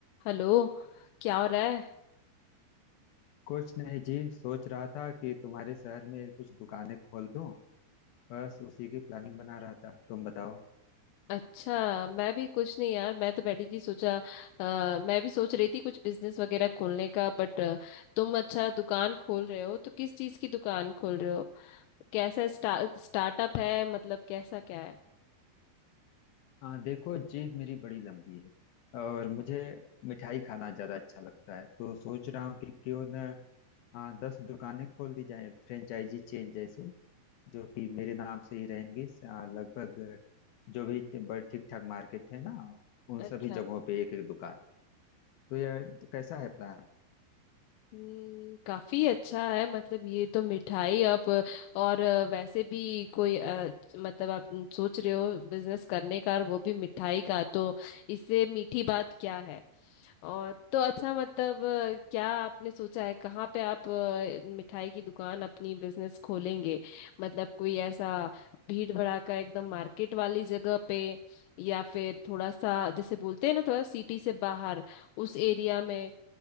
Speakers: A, on the left; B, on the left.
A: Hello क्या हो रहा है
B: कुछ नहीं जी सोच रहा था कि तुम्हारे शहर में कुछ दुकानें खोल दूं बस उसी की प्लानिंग बना रहा था तुम बताओ
A: अच्छा मैं भी कुछ नहीं यार मैं तो बैठी थी सोचा अ, मैं भी सोच रही थी कुछ बिजनेस वगैरह खोलने का बट तुम अच्छा दुकान खोल रहे हो तो किस चीज की दुकान खोल रहे हो कैसा स्टार्टअप है मतलब कैसा क्या है
B: आ, देखो जेब मेरी बड़ी लंबी है और मुझे मिठाई खाना ज्यादा अच्छा लगता है तो सोच रहा हूँ कि क्यों न आ, दस दुकानें खोल दी जाएं फ्रेंचाइजी चेन जैसी जो कि मेरे नाम से ही रहेंगी आ, लगभग जो भी बड़े ठीक ठाक मार्केट है ना उन
A: अच्छा
B: सभी जगहों पे एक एक दुकान तो यह कैसा है प्लान
A: हम्म, काफी अच्छा है मतलब ये तो मिठाई आप अ, और अ, वैसे भी कोई अ, मतलब आप न- सोच रहे हो बिजनेस करने का और वो भी मिठाई का तो इससे मीठी बात क्या है और तो अच्छा मतलब अ, क्या आपने सोचा है कहाँ पे आप अ, मिठाई की दुकान अपनी बिजनेस खोलेंगे मतलब कोई ऐसा भीड़ भड़ाका एकदम मार्केट वाली जगह पे या फिर थोड़ा सा जैसे बोलते हैं ना थोड़ा सिटी से बाहर उस एरिया में